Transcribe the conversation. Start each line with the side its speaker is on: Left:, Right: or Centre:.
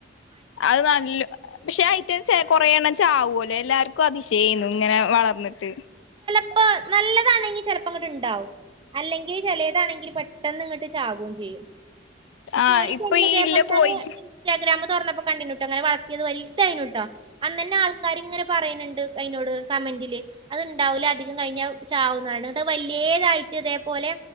Left: അയ് നല്ലൊ പക്ഷെ ഐറ്റം കൊറെ എണ്ണം ചാവുലെ എല്ലാ ര്ക്കും അതിശയെന്നു ഇങ്ങനെ വളർന്ന്ട്ട്.
Right: ഇപ്പ നല്ലതാണെങ്കി ചെലപ്പം ഇങ്ങട്ട് ഇണ്ടാവും. അല്ലെങ്കിൽ ചെലെതാണെങ്കിൽ പെട്ടന്ന് ഇങ്ങട്ട് ചാകും ചെയ്യും. ഇപ്പൊ
Left: ആഹ്
Right: ഒര് പെണ്ണ്
Left: ഈ
Right: ഇതേപോലെ
Left: ഇല്ല
Right: ഞാന്
Left: കോയി
Right: ഇൻസ്റ്റാഗ്രാമ് തൊർന്നപ്പോ കണ്ടിനുട്ടോ ഇങ്ങനെ വളർത്തിയെത് വൽതെയിനുട്ടോ അന്നെന്നെ ആൾക്കാർ ഇങ്ങനെ പറിയിണ് ഇണ്ട് അയിനോട് കമന്റിൽ അത് ഇണ്ടാവൂലാ അധികം കഴിഞ്ഞാ അയ് ചാവുംന്ന് പറിണ്ട് ഇന്നട്ട് അയ് വല്ലെതായി ട്ട് ഇതേപോലെ